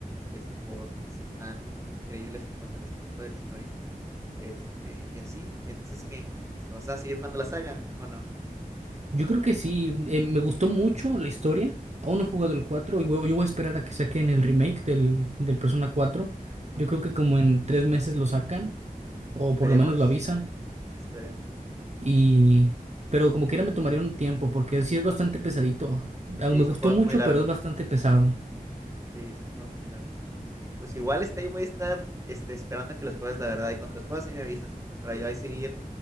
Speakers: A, on the right; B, on the right.
A: Este, porque sí están increíbles en cuanto al aspecto de la historia. Este, y así. ¿Y entonces qué? Este, ¿vas a seguir jugando la saga o no?
B: Yo creo que sí, eh, me gustó mucho la historia. Aún no he jugado el 4 y voy- yo voy a esperar a que saquen el remake del, del Persona cuatro
A: Ajá.
B: Yo creo que como en tres meses lo sacan, o
A: Esperemos.
B: por lo menos lo avisan.
A: Esperemos.
B: Y... Pero como quiera me tomaría un tiempo, porque sí es bastante pesadito. Aún
A: Sí,
B: me gustó
A: son juegos
B: mucho,
A: muy largos.
B: pero es bastante pesado.
A: Sí, son juegos muy largos. Pues igual este, ahí voy a estar este, esperando a que los juegues, la verdad. Y cuando los juegues, sí me avisas este, para yo ahí seguir,